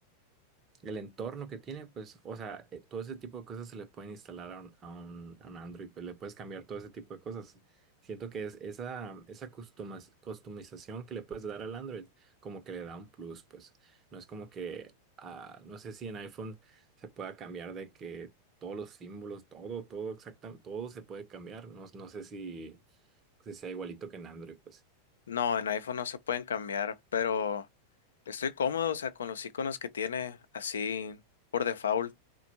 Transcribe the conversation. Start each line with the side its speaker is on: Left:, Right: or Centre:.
Right: El entorno que tiene, pues, o sea, eh, todo ese tipo de cosas se le pueden instalar a un, a un, a un Android, pues le puedes cambiar todo ese tipo de cosas. Siento que es esa, esa customas- customización que le puedes dar al Android, como que le da un plus, pues. No es como que, ah, no sé si en iPhone se pueda cambiar de que todos los símbolos, todo, todo exactamente, todo se puede cambiar. No, no sé si, si sea igualito que en Android, pues.
Left: no, en iPhone no se pueden cambiar, pero estoy cómodo, o sea, con los iconos que tiene así por default.